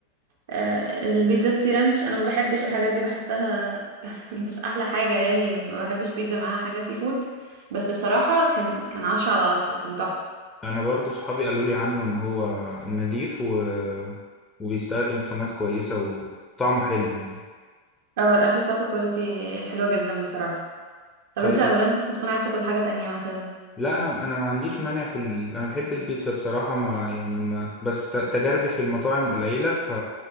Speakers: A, on the right; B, on the left.
A: آه، البيتزا السي رانش انا ما بحبش الحاجات دي بحسها <laughs> مش احلى حاجة يعني ما بحبش بيتزا معاها حاجة سي فود بس بصراحة كان كان عشرة على عشرة كان تحفة
B: أنا برضو صحابي قالوا لي عنه إن هو نضيف و... وبيستخدم خامات كويسة وطعمه حلو يعني
A: اه الاكل بتاعته كواليتي حلوة جدا بصراحة طب
B: طيب
A: انت ولا انت ممكن تكون عايز تاكل حاجة تانية مثلا
B: لا انا انا ما عنديش مانع في ال... انا بحب البيتزا بصراحه ما يعني ما بس ت- تجاربي في المطاعم قليله ف